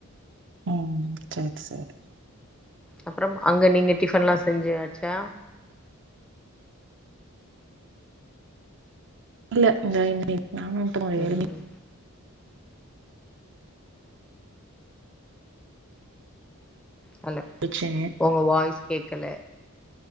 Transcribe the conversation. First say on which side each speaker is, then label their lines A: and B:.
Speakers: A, on the right; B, in the centre.
A: ம் சேர் சேர்
B: அப்றம் அங்க நீங்க டிஃபன்லா செஞ்சாச்சா?
A: இல்ல இந்த <inaudible> நானு <inaudible>
B: ம் ஹலோ
A: முழிச்சே
B: ஒங்க வாய்ஸ் கேக்கல